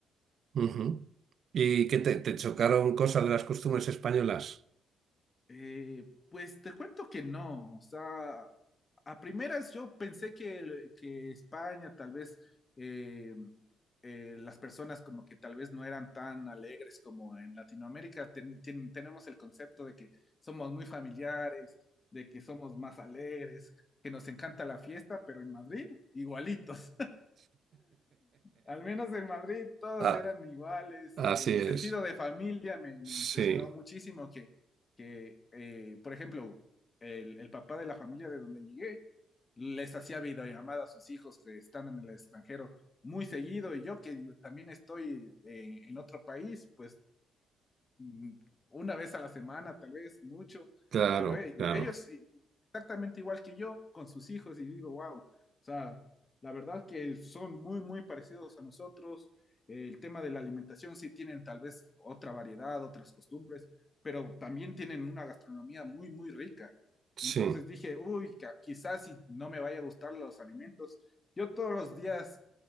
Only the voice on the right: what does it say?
Ujú. ¿Y qué te, te chocaron cosas de las costumbres españolas?
<laughs>
Así
es.
Sí,
claro,
claro.
Sí,